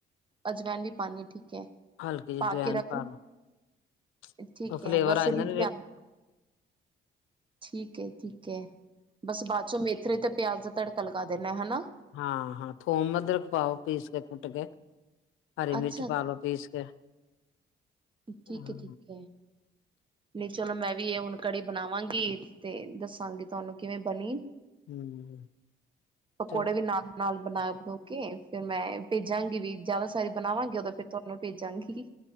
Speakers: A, on the right; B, on the left.
A: ਅਜਵੈਨ ਵੀ ਪਾਣੀ ਠੀਕ ਹੈ
B: ਹਲਕੀ
A: ਪਾ ਕੇ ਰੱਖ
B: <unintelligible>
A: ਠੀਕ
B: ਉਹ ਫਲੇਵਰ
A: ਹੈ ਬਸ
B: ਆ ਜਾਂ
A: ਰੀਝੀ ਆਂਦੀ ਠੀਕ ਹੈ ਠੀਕ ਹੈ ਬਸ ਬਾਅਦ ਚੋਂ ਮੇਥਰੇ ਤੇ ਪਿਆਜ਼ ਦਾ ਤੜਕਾ ਲਗਾ ਦਿੰਦੇ ਹ ਹਨਾ
B: ਹਾਂ ਹਾਂ ਥੋਮ ਅਦਰਕ ਪਾਓ ਪੀਸ ਕੇ ਕੁੱਟ ਕੇ ਹਰੀ ਮਿਰਚ
A: ਅੱਛਾ
B: ਪਾ ਲੋੋ ਪੀਸ ਕੇ ਹਾਂ
A: ਠੀਕ ਹੈ ਠੀਕ ਹੈ ਨਹੀਂ ਚਲੋ ਮੈਂ ਵੀ ਇਹ ਹੁਣ ਕੜੀ ਬਣਾਵਾਂਗੀ ਤੇ ਦੱਸਾਂਗੀ ਤੁਹਾਨੂੰ ਕਿਵੇਂ ਬਣੀ
B: ਹਮ
A: ਪਕੌੜੇ
B: ਚਲੋ
A: ਵੀ ਨਾਲ ਨਾਲ ਬਣਾ ਬਣੂ ਕੇ ਫ ਮੈਂ ਭੇਜਾਂਗੀ ਵੀ ਜਦਾ ਸਾਰੀ ਬਣਾਵਾਂਗੇ ਉਦ ਫਿਰ ਤੁਹਾਨੂੰ ਭੇਜਾਂਗੀ